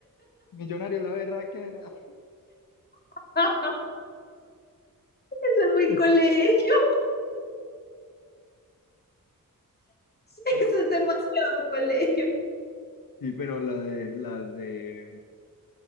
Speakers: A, on the left; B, on the left.
A: Millonario la berraquera.
B: <laughs> Eso es
A: <laughs>
B: muy colegio, <laughs>
A: Pero
B: eso es demasiado colegio.
A: Sí, pero la de, las de,